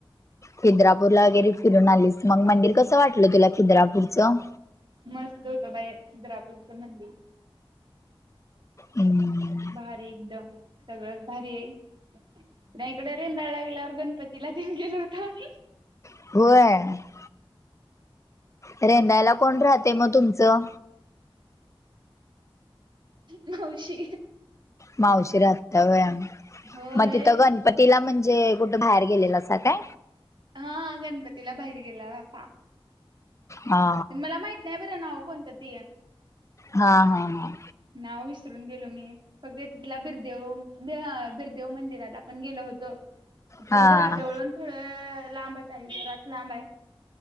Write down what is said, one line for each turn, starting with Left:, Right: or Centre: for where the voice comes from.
Left: खिद्रापूरला वगैरे फिरून आलीस मग मंदिर कसं वाटलं तुला खिद्रापूरचं.
Right: मस्त होत बाई खिद्रापूरचं मंदिर.
Left: हम्म.
Right: भारी एकदम सगळंच भारी आहे मग इकडे रेंदाळला गेल्यावर गणपत तिला ठेऊन गेलो होतो आम्ही.
Left: होय. रेंदायला कोण राहतय मग तुमचं.
Right: नऊशी.
Left: मावशी राहत्या व्हय
Right: होय
Left: मग तिथं गणपत तिला म्हणजे कुठे बाहेर गेलेलासा काय?
Right: हा गणपतीला बाहेर गेला असा.
Left: हा
Right: पण मला माहित नाही बरं नाव कोणतं ती.
Left: हा हा हा.
Right: नाव विसरून गेलो मी. फक्त तिथला बिरदेव हा बिरदेव मंदिराला पण गेलो होतो. तिथून
Left: हा
Right: घराजवळून थोडं लांबच आहे. जराच लांब आहे.